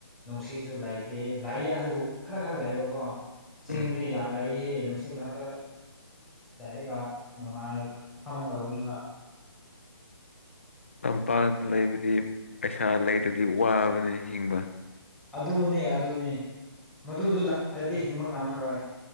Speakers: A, in the centre; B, on the left.
A: ꯅꯨꯡꯁꯤꯠꯁꯨ ꯂꯩꯇꯦ ꯂꯥꯛꯏ ꯑꯗꯨꯕꯨ ꯈꯔ ꯈꯔ ꯂꯩꯕꯀꯣ ꯆꯤꯡꯗꯗꯤ
B: ꯎꯝ
A: ꯌꯥꯝ ꯂꯩꯌꯦ ꯅꯨꯡꯁꯤꯠ ꯃꯔꯛꯇ ꯂꯩꯔꯒ ꯅꯨꯡꯉꯥꯏꯅ ꯐꯝꯒꯗꯧꯕꯅꯤꯕ
B: ꯇꯝꯄꯥꯛꯇ ꯂꯩꯕꯗꯤ ꯄꯩꯁꯥ ꯂꯩꯇ꯭ꯔꯗꯤ ꯋꯥꯕꯅꯦ ꯍꯤꯡꯕ
A: ꯑꯗꯨꯅꯦ ꯑꯗꯨꯅꯤ ꯃꯗꯨꯗꯨ ꯂꯥꯜꯂꯗꯤ ꯍꯤꯡꯕ ꯉꯝꯃꯔꯣꯏ